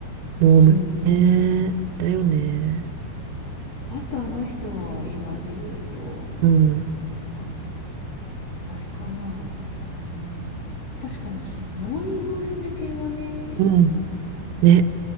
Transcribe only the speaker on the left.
そう。
あとあの人は、今で言うと、
なんか、あれかな。あの、確かにその、モーニング娘。系はね、結構、